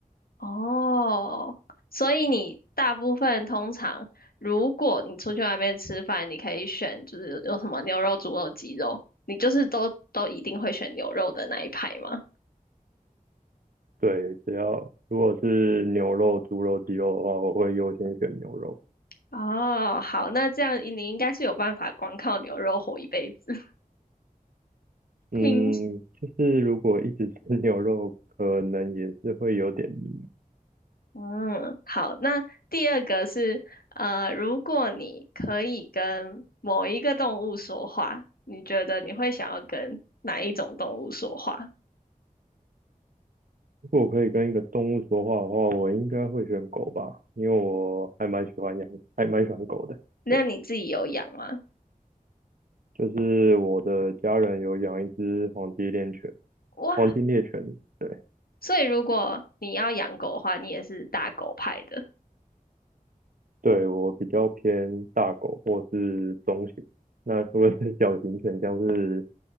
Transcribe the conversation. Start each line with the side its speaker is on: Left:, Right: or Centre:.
Left: 哦，所以你大部分通常，如果你出去外面吃饭，你可以选就是有什么牛肉、猪肉、鸡肉，你就是都都一定会选牛肉的那一排吗？
Right: 对，只要如果是牛肉、猪肉、鸡肉的话，我会优先选牛肉。
Left: 哦，好，那这样你应该是有办法光靠牛肉活一辈子。<laughs>
Right: 嗯，
Left: 听
Right: 就是如果一直吃 <laughs> 牛肉，可能也是会有点腻。
Left: 嗯，好，那第二个是，呃，如果你可以跟某一个动物说话，你觉得你会想要跟哪一种动物说话？
Right: 如果我可以跟一个动物说话的话，我应该会选狗吧，因为我还蛮喜欢养，还蛮喜欢狗的。
Left: 那你自己有养吗？
Right: 对，就是我的家人有养一只黄金猎犬，
Left: 哇，
Right: 黄金猎犬。对，
Left: 所以如果你要养狗的话，你也是大狗派的，
Right: 对，我比较偏大狗或是中型，那如果是小型犬，像是